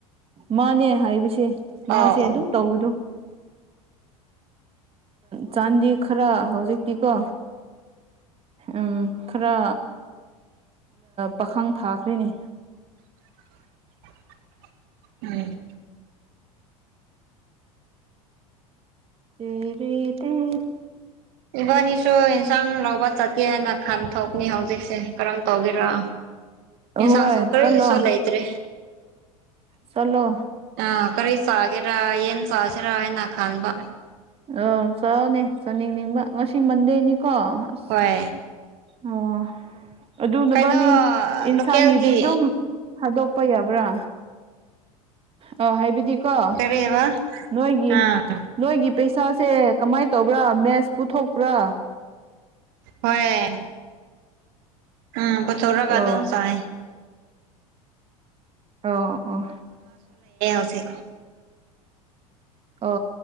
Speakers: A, on the right; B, on the right.
A: ꯃꯥꯅꯦ ꯍꯥꯏꯕꯁꯦ
B: ꯑꯧ
A: ꯃꯥꯁꯦ
B: ꯑꯧ
A: ꯑꯗꯨꯝ ꯇꯧꯕꯗꯣ ꯆꯥꯟꯗꯤ ꯈꯔ ꯍꯧꯖꯤꯛꯇꯤꯀꯣ ꯎꯝ ꯈꯔ ꯄꯥꯈꯪ ꯊꯥꯈ꯭ꯔꯦꯅꯤ
B: <unintelligible> ꯎꯝ
A: ꯇꯔ ꯇꯔ
B: ꯏꯕꯅꯤꯁꯨ ꯍꯛꯆꯥꯡ ꯂꯥꯎꯧꯕ ꯆꯠꯀꯦ ꯍꯥꯏꯅ ꯈꯟꯊꯣꯛꯅꯤ ꯍꯧꯖꯤꯛꯁꯦ ꯀꯔꯝ ꯇꯧꯒꯦꯔꯣ ꯌꯦꯁ
A: ꯑꯍꯣꯏ
B: ꯁ ꯀꯔ
A: ꯆꯠꯂꯣ
B: ꯁꯣꯂꯇꯔꯤ
A: ꯆꯠꯂꯣ
B: ꯑ ꯈꯔꯤ ꯆꯥꯒꯦꯔ ꯌꯦꯟ ꯆꯖꯔ ꯍꯥꯏꯅ ꯈꯅꯕ
A: ꯑ ꯆꯠꯅꯦ ꯆꯥꯅꯤꯡꯅꯤꯡꯕ ꯉꯁꯤ ꯃꯟꯗꯦꯅꯤꯀꯣ ꯑꯁ
B: ꯍꯣꯏ
A: ꯑꯣ ꯑꯗꯨꯅꯕꯅꯤ
B: ꯀꯩꯅꯣ
A: ꯌꯦꯟꯁꯥꯡꯒꯤꯗꯤ
B: ꯂꯣꯀꯦꯜꯒꯤ
A: ꯑꯗꯨꯝ ꯊꯥꯗꯣꯛ ꯑꯄꯕ꯭ꯔꯥ ꯑꯧ ꯍꯥꯏꯕꯗꯤꯀꯣ
B: ꯀꯔꯤꯕ
A: ꯅꯣꯏꯒꯤ
B: ꯑꯥ
A: ꯅꯣꯏꯒꯤ ꯄꯩꯁꯥꯁꯦ ꯀꯃꯥꯏꯅ ꯇꯧꯕ꯭ꯔꯥ ꯃꯦꯠꯁ ꯄꯨꯊꯣꯛꯄ꯭ꯔꯥ
B: ꯍꯣꯏ ꯎꯝ ꯀꯊꯧꯔ ꯀ
A: ꯑ
B: ꯑꯗꯨꯝ ꯁꯥꯑ
A: ꯑꯣ ꯑꯣ
B: ꯁꯤ
A: ꯑ